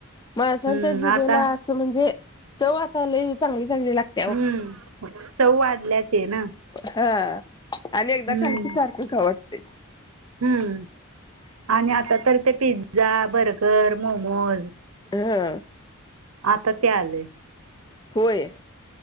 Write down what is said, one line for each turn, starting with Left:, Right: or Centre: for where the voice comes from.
Left: माणसांच्या
Right: हम्म
Left: जीभेला
Right: आता
Left: असं म्हणजे चवातालेय चांगली चांगली लागते
Right: हम्म सौ वाढल्याच ना
Left: हा आणि
Right: हम्म
Left: एकदा खणखी सारखं घावटते
Right: हम्म आणि आता तर ते पिझ्झा बर्गर मोमोज
Left: हा
Right: आता ते आले
Left: होय